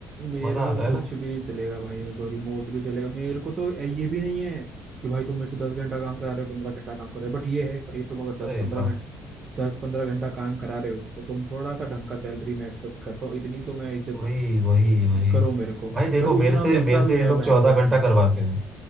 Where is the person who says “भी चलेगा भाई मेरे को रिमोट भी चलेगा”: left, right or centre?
Right